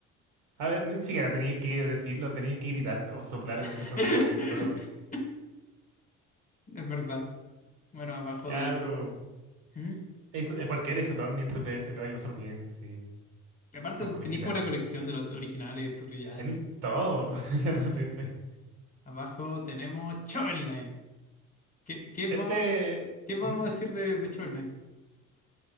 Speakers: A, on the right; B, on the left.
A: A ver, ni siquiera tenéis que decirlo, tenéis que gritar o soplar el
B: <laughs>
A: micrófono para que lo tome.
B: Es verdad. Bueno, abajo
A: Ya,
B: del.
A: pero
B: ¿Mm?
A: Eso, eh, cualquier Saturn ni en 3DS lo vais a pasar bien, sí.
B: Aparte,
A: Son joyitas.
B: tenéis como la colección de los originales, entonces ya.
A: Tenéis todo <laughs> en la
B: sí.
A: 3DS.
B: Abajo tenemos Shovel Knight. ¿Qué, qué vamos,
A: Este.
B: qué podemos
A: ¿Mm?
B: decir de, de Shovel Knight?